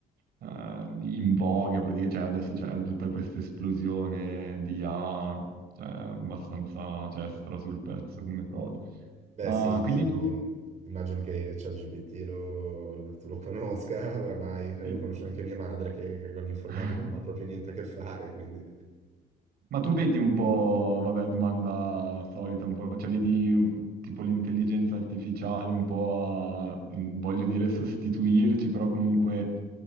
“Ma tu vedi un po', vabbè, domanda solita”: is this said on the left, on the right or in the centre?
Right